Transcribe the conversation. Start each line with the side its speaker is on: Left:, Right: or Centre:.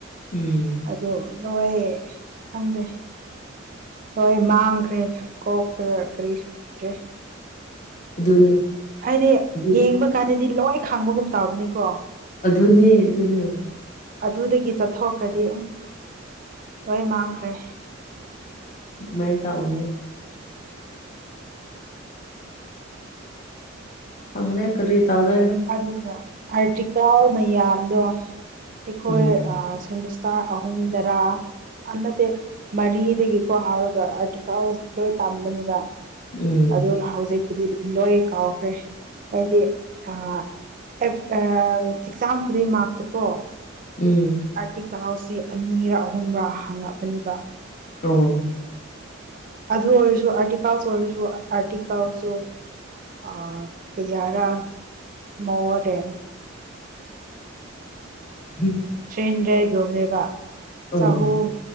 Left: ꯎꯝ꯫
Right: ꯑꯗꯨ ꯅꯣꯏ ꯈꯪꯗꯦ ꯂꯣꯏ ꯃꯥꯡꯈ꯭ꯔꯦꯗ꯫ ꯀꯣꯛ ꯇ ꯀꯔꯤꯁꯨ ꯂꯩꯇ꯭ꯔꯦ꯫
Left: ꯑꯗꯨꯅꯤ꯫
Right: ꯍꯥꯏꯗꯤ
Left: ꯑꯗꯨ
Right: ꯌꯦꯡꯕ ꯀꯥꯟꯗꯗꯤ ꯂꯣꯏ ꯈꯥꯡꯕꯒꯨꯝ ꯇꯧꯕꯅꯦꯀꯣ꯫
Left: ꯑꯗꯨꯅꯦ ꯑꯗꯨꯅꯦ꯫
Right: ꯑꯗꯨꯗꯒꯤ ꯆꯠꯊꯣꯛꯈ꯭ꯔꯗꯤ ꯎꯝ ꯍꯣꯏ ꯃꯥꯡꯈ꯭ꯔꯦ꯫
Left: ꯑꯗꯨꯃꯥꯏ ꯇꯧꯕꯅꯤ꯫ ꯈꯪꯗꯦ ꯀꯔꯤ ꯇꯥꯎꯗꯣꯏꯅꯣ꯫
Right: ꯑꯗꯨꯒ ꯑꯥꯔꯇꯤꯀꯜ ꯃꯌꯥꯝꯗꯣ ꯑꯩꯈꯣꯏ
Left: ꯎꯝ
Right: ꯁꯦꯃꯤꯁ ꯇꯔ ꯑꯍꯨꯝꯗꯔꯥ꯫ ꯑ ꯅꯠꯇꯦ ꯃꯔꯤꯗꯒꯤꯀꯣ ꯍꯥꯎꯔꯒ ꯑꯥꯔꯇꯤꯀꯜ ꯂꯣꯏ ꯇꯝꯕꯅꯦꯕ꯫
Left: ꯎꯝ꯫
Right: ꯑꯗꯨꯅ ꯍꯧꯖꯤꯛꯄꯨꯗꯤ ꯂꯣꯏ ꯀꯥꯎꯈ꯭ꯔꯦ꯫ ꯍꯥꯏꯗꯤ ꯊꯥ ꯑꯦꯛꯖꯥꯝ ꯈꯨꯗꯤꯡꯃꯛꯇ ꯀꯣ꯫
Left: ꯎꯝ꯫
Right: ꯑꯥꯔꯇꯤꯀꯜꯁꯤ ꯑꯅꯤꯔꯥ ꯑꯍꯨꯝꯔ ꯍꯪꯉꯛꯄꯅꯦꯕ꯫
Left: <unintelligible>
Right: ꯑꯗꯨ ꯑꯣꯏꯔꯁꯨ ꯑꯥꯔꯇꯤꯀꯜꯁ ꯑꯣꯏꯔꯖꯨ ꯑꯥꯔꯇꯤꯀꯜꯖꯨ ꯑ ꯀꯌꯥꯔꯥ ꯃꯣꯔ ꯗꯦꯟ
Left: <unintelligible>
Right: ꯊ꯭ꯔꯤꯍꯟꯗꯔꯦꯠ ꯒꯣꯝꯕꯅꯦꯕ
Left: ꯎꯝ
Right: ꯆꯍꯨꯝ꯫